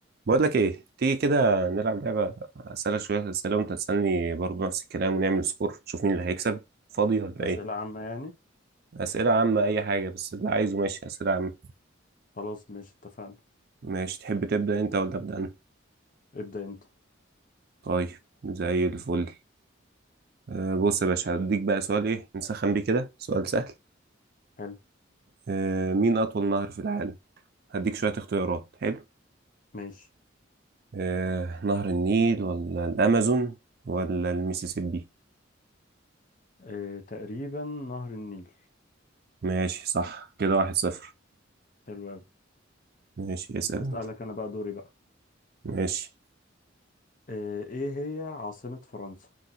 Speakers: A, on the right; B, on the left.
A: بقول لك ايه تيجي كده نلعب لعبة اسألك شوية أسئلة وانت تسألني برضه نفس الكلام ونعمل سكور نشوف مين اللي هيكسب فاضي ولا
B: أسئلة
A: ايه
B: عامة يعني
A: أسئلة عامة اي حاجة بس اللي عايزه ماشي أسئلة عامة
B: خلاص ماشي اتفقنا
A: ماشي تحب تبدأ انت ولا أبدأ انا
B: ابدأ أنت
A: طيب زي الفل أه بص يا باشا هديك بقى سؤال ايه نسخن بيه كده سؤال سهل
B: حلو
A: أه مين أطول نهر في العالم هديك شوية اختيارات حلو
B: ماشي
A: أه نهر النيل ولا الأمازون ولا الميسيسيبي
B: اه تقريبا نهر النيل
A: ماشي صح كده واحد صفر
B: حلو أوي
A: ماشي اسأل
B: أسألك
A: انت
B: أنا بقى دوري بقى
A: ماشي
B: اه إيه هي عاصمة فرنسا